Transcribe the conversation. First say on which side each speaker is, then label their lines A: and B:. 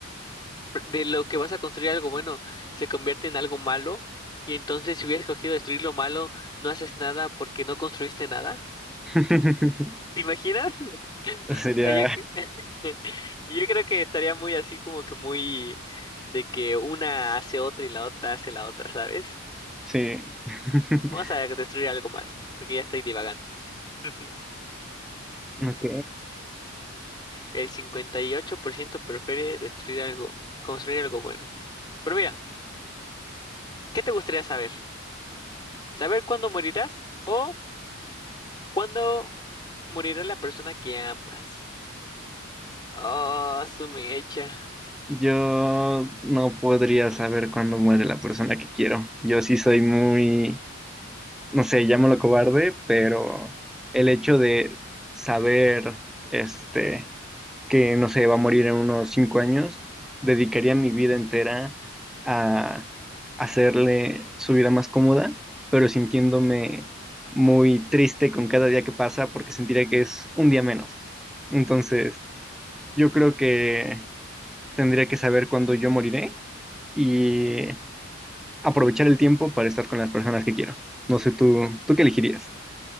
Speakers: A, on the left; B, in the centre.
A: pr- de lo que vas a construir algo bueno se convierte en algo malo y entonces si hubieras escogido destruir lo malo, no haces nada porque no construiste nada.
B: <laughs>
A: ¿Te imaginas? <laughs>
B: Sería,
A: O sea, yo, cre- <laughs> yo creo que estaría muy así como que muy de que una hace otra y la otra hace la otra, ¿sabes?
B: sí. <laughs>
A: Vamos a destruir algo malo, porque ya estoy divagando. <laughs>
B: Ok.
A: El 58% prefiere destruir algo, construir algo bueno. Pero mira, ¿qué te gustaría saber? ¿Saber cuándo morirás o cuándo morirá la persona que amas? Oh, su mecha.
B: Yo no podría saber cuándo muere la persona que quiero. Yo sí soy muy, no sé, llámalo cobarde, pero el hecho de saber, este, que no sé, va a morir en unos cinco años, dedicaría mi vida entera a hacerle su vida más cómoda, pero sintiéndome muy triste con cada día que pasa porque sentiría que es un día menos. Entonces, yo creo que tendría que saber cuándo yo moriré y aprovechar el tiempo para estar con las personas que quiero. No sé, tú, ¿tú qué elegirías?